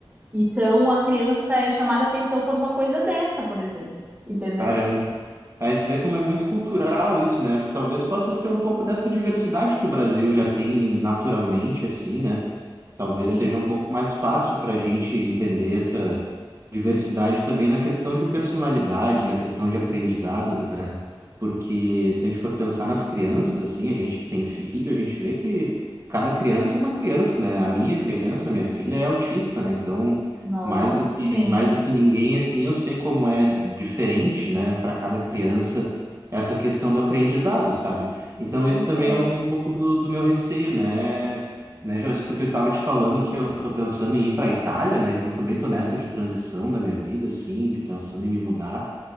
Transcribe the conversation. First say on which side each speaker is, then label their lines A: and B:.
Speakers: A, on the right; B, on the right.
A: Então a criança é chamada a atenção por uma coisa dessa, por exemplo. Entendeu?
B: Caramba. Aí tu vê como é muito cultural isso, né? Acho que talvez possa ser um pouco dessa diversidade que o Brasil já tem naturalmente, assim, né? Talvez
A: Sim.
B: seja um pouco mais fácil para a gente entender essa diversidade também na questão de personalidade, na questão de aprendizado, né? Porque se a gente for pensar nas crianças, assim, a gente que tem filho, a gente vê que cada criança é uma criança, né? A minha criança, a minha filha é autista, né? Então
A: Nossa,
B: mais do que,
A: sim,
B: mais do que ninguém, assim, eu sei como é diferente, né, para cada criança essa questão do aprendizado, sabe? Então,
A: perfeito.
B: esse também é um pouco do, do meu receio, né, né, Joyce? Porque eu tava te falando que eu tô pensando em ir para Itália, né? Então, também tô nessa de transição da minha vida, assim, de pensando em me mudar.